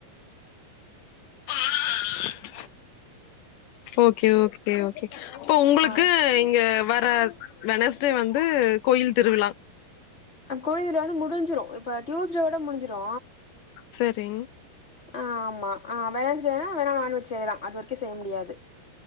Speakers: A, on the left; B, on the left.
A: ஆஹ் ஓகே ஓகே ஓகே அப்ப உங்களுக்கு
B: ஆ
A: இங்க வர வெனஸ்டே வந்து கோயில் திருவிழா
B: அ கோயில் வந்து முடிஞ்சிடு இப்போ டியூஸ்டே ஓட முடிஞ்சிடு
A: செரிங்
B: ஆ ஆமா ஆ வெனெஸ்டேனா வேனா நான்வெஜ் செய்யலா அது வரைக்கு செய்ய முடியாது